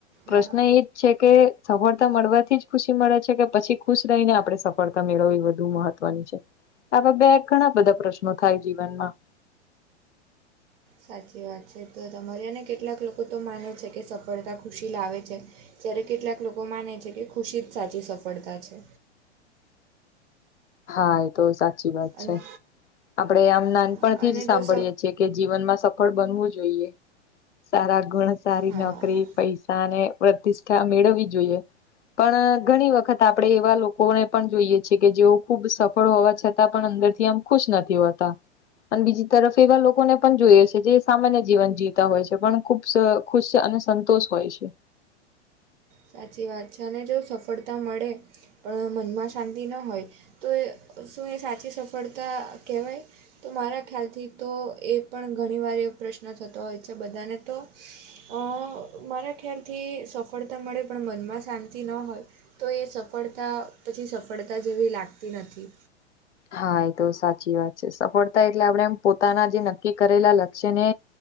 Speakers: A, on the left; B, on the right.
A: પ્રશ્ન
B: હા
A: એજ છે કે સફળતા મળવાથી જ ખુશી મળે છે કે પછી ખુશ રહીને આપડે સફ ફળતા મેળવવી વધુ મહત્વની છે આ બે ઘણા બધા પ્રશ્નો થાય જીવનમાં
B: સાચી વાત છે તો તમારી એને કેટલાક લોકો તો માને છે કે સફળતા ખુશી લાવે છે જયારે કેટલાક લોકો માને છે કે ખુશી જ સાચી સફળતા છે.
A: હા એ તો સાચી વાત
B: અને
A: છે આપડે આમ નાનપણથી
B: હા અને
A: જ સાંભળીએે
B: જો સ
A: છીએ કે જીવનમાં સફળ બનવું જોઈએ સારા ગુણ સારી
B: હા
A: નોકરી પૈસા અને પ્રતિષ્ઠા મેળવવી જોઈએ પણ ઘણી વખત આપડે એવા લોકોને પણ જોઈએ છે કે જેઓ ખુબ સફળ હોવા છતાં પણ અંદર થી આમ ખુશ નથી હોતા અને બીજી તરફ એવા લોકોને પણ જોઈએ છે જે સામાન્ય જીવન જીવતા હોય છે પણ ખુબ જ ખુશ છે અને સંતોષ હોય છે
B: સાચી વાત છે અને જો સફળતા મળે પણ મનમાં શાંતિ ન હોય તો એ શું સાચી સફળતા કહેવાય? તો મારા ખ્યાલથી તો એ પણ ઘણીવાર એવો પ્રશ્ન થતો હોય છે બધાને તો અ મારા ખ્યાલથી સફળતા મળે પણ મનમાં શાંતિ ન હોય તો એ સફળતા પછી સફળતા જેવી લાગતી નથી.
A: હા એ તો સાચી વાત છે સફળતા એટલે આપણે પોતાના જે નક્કી કરેલા લક્ષ્ય ને